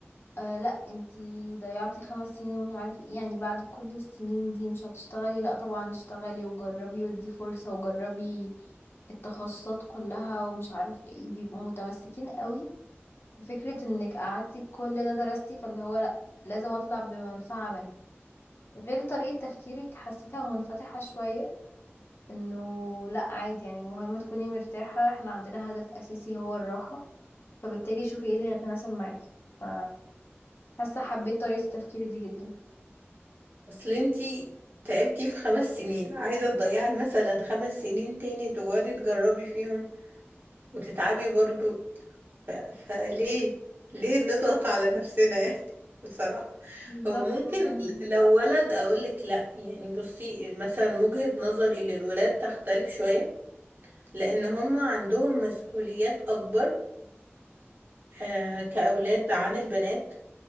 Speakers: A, on the left; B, on the right.
A: آه لا انتي ضيعتي خمس سنين ومش عارف ايه يعني بعد كل السنين دي مش هتشتغلي لا طبعا اشتغلي وجربي ودي فرصة وجربي التخصصات كلها ومش عارف ايه بيبقوا متمسكين قوي فكرة انك قعدتي كل ده درستي فاللي هو لا لازم اطلع بمنفعة منها غير طريقة تفكيرك حسيتها منفتحة شوية انه لا عادي يعني المهم تكوني مرتاحة احنا عندنا هدف اساسي هو الراحة فبالتالي شوفي ايه اللي هيتناسب معاكي ف- حاسة حبيت طريقة التفكير دي جدا
B: اصل انتي تعبتي في خمس سنين عايزة تضيعي مثلا خمس سنين تاني تقعدي تجربي فيهم وتتعبي برضو ف... فليه ليه نضغط على نفسنا يعني <laughs> بصراحة
A: بالظبط
B: هو ممكن
A: والله
B: لو ولد اقولك لا يعني بصي مثلا وجهة نظري للولاد تختلف شوية لان هم عندهم مسؤوليات اكبر آه كأولاد عن البنات